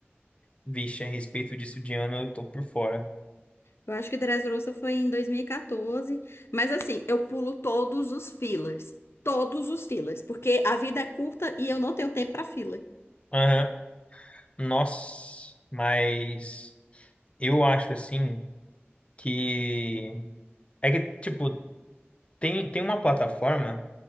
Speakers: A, on the left; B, on the left.
A: Vixe, a respeito disso de ano eu tô por fora.
B: Eu acho que Dressrosa foi em 2014. Mas assim, eu pulo todos os fillers. Todos os fillers. Porque a vida é curta e eu não tenho tempo pra filler.
A: Aham, Nossa, mas eu acho assim que é que tipo tem tem uma plataforma,